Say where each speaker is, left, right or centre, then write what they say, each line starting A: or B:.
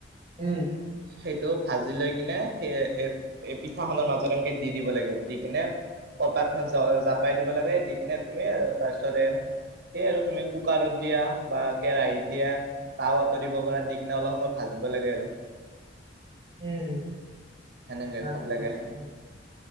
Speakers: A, on the right; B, on the right.
A: উম
B: সেইটো ভাজি লৈ কিনে সেই এ এ পিঠাখনৰ মাজত এনেকে দি। দিব লাগে দি কিনে কলপাতখন জাপাই দিব লাগে দি কিনে তুমি তাৰ পিছতে। সেই আৰু তুমি কুকাৰত দিয়া বা কেৰাহীত দিয়া তাৱাত দিব পৰাৰ দি কিনে অলপ সময় ভাজা। <unintelligible> বেলেগ লাগে আৰু
A: উম
B: সেনেকে
A: আচ্ছা
B: ভাল লাগে
A: <unintelligible>
B: খাই